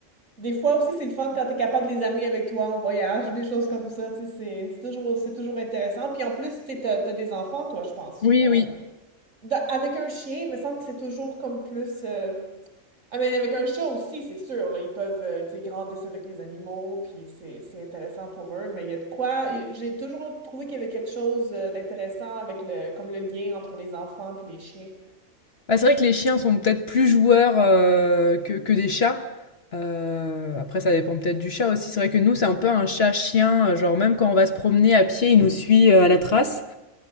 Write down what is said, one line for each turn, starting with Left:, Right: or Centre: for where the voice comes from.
Right: Des fois aussi, c'est le fun quand tu es capable de les amener avec toi en voyage, des choses comme ça. tu sais, C'est c'est toujours, c'est toujours intéressant. Puis en plus, tu as, des enfants, toi, je pense.
Left: oui,
Right: Euh,
Left: oui.
Right: dans- avec un chien, il me semble que c'est toujours comme plus. euh, Ah, mais avec un chat aussi, c'est sûr. Là, ils peuvent euh, tu sais, grandir avec les animaux, puis c'est c'est intéressant pour eux. Mais il y a de quoi. euh, J'ai toujours trouvé qu'il y avait quelque chose euh, d'intéressant avec le, comme le lien entre les enfants puis les chiens.
Left: Bah, c'est vrai que les chiens sont peut-être plus joueurs, heu, que que des chats. Heu, après ça dépend peut-être du chat aussi. C'est vrai que nous, c'est un peu un chat-chien, heu, genre même quand on va se promener à pied, il nous suit, heu, à la trace.